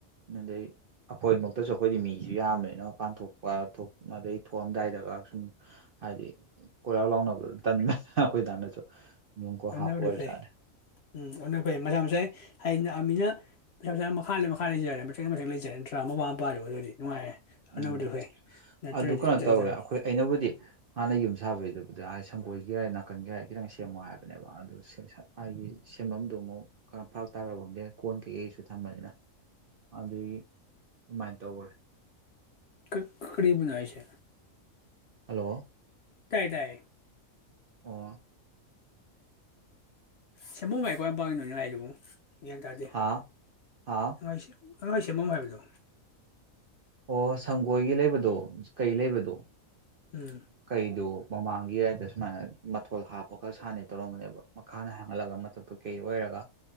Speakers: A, on the right; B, on the left.
A: ꯑꯗꯨꯗꯩ ꯑꯈꯣꯏ ꯃꯛꯇꯁꯨ ꯑꯈꯣꯏꯗꯤ ꯃꯤꯁꯨ ꯌꯥꯝꯃꯅꯤꯅ ꯃꯄꯥꯟ ꯊꯣꯛꯄ ꯊꯣꯛ ꯑꯗꯩ ꯊꯣꯛꯑꯝꯗꯥꯏꯗꯒꯥꯛ ꯁꯨꯝ ꯍꯥꯏꯗꯤ ꯀꯣꯏꯔꯥꯎ ꯂꯥꯎꯅꯕꯗꯨ ꯇꯟꯕꯅꯤꯅ ꯑꯈ‌ꯣꯏ ꯗꯥꯅꯁꯨ ꯀꯣꯛ ꯍꯥꯞꯄ
B: ꯐꯕꯨꯗꯤ
A: ꯑꯣꯏꯔꯖꯥꯠꯅꯦ
B: ꯐꯩ ꯎꯝ ꯑꯗꯨꯅ ꯐꯩ ꯃꯁꯥ ꯃꯁꯥꯏ ꯍꯥꯏ ꯅꯛ ꯑꯃꯤꯅ ꯃꯁꯥ ꯃꯁꯥ ꯃꯈꯥ ꯂꯩ ꯃꯈꯥ ꯂꯩꯖꯔꯦ ꯃꯊꯛꯅ ꯃꯊꯛ ꯂꯩꯖꯔꯦ ꯅꯠꯇ꯭ꯔꯥ ꯃꯄꯥ ꯃꯄꯥꯗ ꯑꯗꯨꯗꯤ ꯅꯨꯡꯉꯥꯏꯔꯦ ꯑꯗꯨꯅꯕꯨꯗꯤ
A: ꯎꯝ
B: ꯐꯩ ꯅꯠꯇ꯭ꯔꯗꯤ
A: ꯑꯗꯨ ꯀꯩꯅꯣ
B: ꯖꯟꯖꯥꯟꯅꯤ
A: ꯇꯧꯋꯦ ꯑꯩꯈꯣꯏ ꯑꯩꯅꯕꯨꯗꯤ ꯍꯥꯟꯅ ꯌꯨꯝ ꯁꯥꯕꯩꯗꯨꯕꯨꯗꯤ ꯍꯥꯏꯗꯤ ꯁꯪꯒꯣꯏꯒꯤ ꯌꯥꯏ ꯅꯥꯀꯟꯒꯤ ꯌꯥꯏ ꯈꯤꯇꯪ ꯁꯦꯝꯃꯣ ꯍꯥꯏꯕꯅꯦꯕ ꯑꯗꯨ ꯍꯥꯏꯗꯤ ꯁꯦꯝꯐꯝꯗꯨ ꯑꯃꯨꯛ ꯐꯔꯥꯛ ꯇꯥꯔꯕꯗ ꯀꯣꯟ ꯀꯩꯀꯩꯁꯨ ꯊꯝꯕꯅꯤꯅ ꯑꯗꯨꯗꯒꯤ ꯑꯗꯨꯃꯥꯏꯟ ꯇꯧꯒ꯭ꯔꯦ
B: ꯀ ꯀꯔꯤꯕꯨꯅꯣ ꯍꯥꯏꯁꯦ
A: ꯍꯜꯂꯣ
B: ꯇꯥꯏ ꯇꯥꯏꯌꯦ
A: ꯑꯣ
B: ꯁꯦꯝꯕꯨꯡ ꯍꯥꯏ ꯀꯋ꯭ꯥꯏꯝ ꯅ‌ꯣꯏ ꯅ‌ ꯍꯥꯏꯗꯨꯕꯨ ꯒ꯭ꯌꯥꯟ ꯇꯥꯗꯦ
A: ꯍꯥꯥ ꯍꯥꯥ
B: ꯅꯨꯡꯉꯥꯏꯁꯤ ꯅꯣ ꯍ‌ꯣꯏ ꯁꯦꯝꯃꯝꯃꯨ ꯍꯥꯏꯕꯗꯣ
A: ꯑꯣ ꯁꯪꯒꯣꯏꯒꯤ ꯂꯩꯕꯗꯣ ꯀꯩ ꯂꯩꯕꯗꯣ
B: ꯎꯝ
A: ꯀꯩꯗꯨ ꯃꯃꯥꯡꯒꯤ ꯑꯥꯏꯗ ꯁꯨꯃꯥꯏꯅ ꯃꯊꯣꯜ ꯍꯥꯞꯄꯒ ꯁꯥꯟꯅꯤ ꯇꯧꯔꯝꯝꯕꯅꯦꯕ ꯃꯈꯥꯗ ꯍꯥꯡꯍꯜꯂꯒ ꯃꯊꯛꯇꯨ ꯀꯩ ꯑꯣꯏꯔꯒ